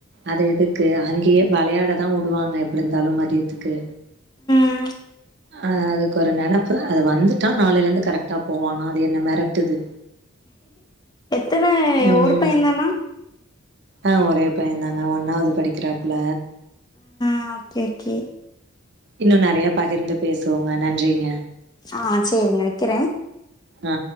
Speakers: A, on the right; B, on the left.
A: அது எதுக்கு அங்க கேம் விளையாட தா விடுவாங்க எப்டி இருந்தாலு மதியத்துக்கு
B: உம்
A: ஆ, அதுக்கு ஒரு நெனப்பு அது வந்துட்டா நாளைல இருந்து கரெக்டா போவானா. அது என்ன மெரட்டு்து
B: எத்தன
A: ம்.
B: ஒரு பையே தானா?
A: ஆ ஒரே பையன் தாங்க. ஒன்னாவது படிக்கிறாப்புல.
B: ஆ ஓகே ஓகே
A: இன்னும நெறைய பகிர்ந்து பேசுவோங்க, நன்றிங்க.
B: ஆ சேரிங்க வெக்கிறேன்.
A: அ